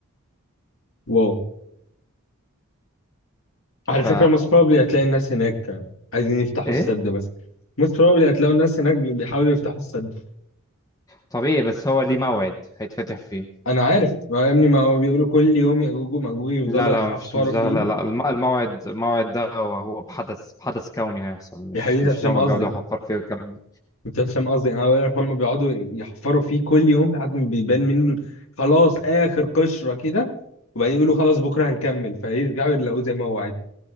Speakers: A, on the left (about 70°); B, on the left (about 15°).
A: واو على
B: ف
A: فكرة most probably هتلاقي الناس هناك عايزين يفتحوا
B: ايه
A: السد مثلا most probably هتلاقوا الناس هناك بيحاولوا يفتحوا السد
B: طبيعي بس هو ليه موعد هيتفتح فيه
A: أنا عارف ما يا ابني ما هو بيقولوا كل يوم يأجوج ومأجوج يفضلوا
B: لا لا
A: يحفروا
B: مش مش ده
A: فيه
B: لا لا الم- الموعد الموعد ده هو هو بحدث بحدث كوني هيحصل مش
A: يا حبيبي
B: مش
A: هشام
B: ان هم
A: قصدي
B: بيقعدوا يحفروا فيه والكلام ده
A: كنت هشام قصدي انا بقول لك هم بيقعدوا يحفروا فيه كل يوم لحد ما بيبان منه خلاص اخر قشره كده وبعدين يقولوا خلاص بكره هنكمل فيرجعوا يلاقوه زي ما هو عايز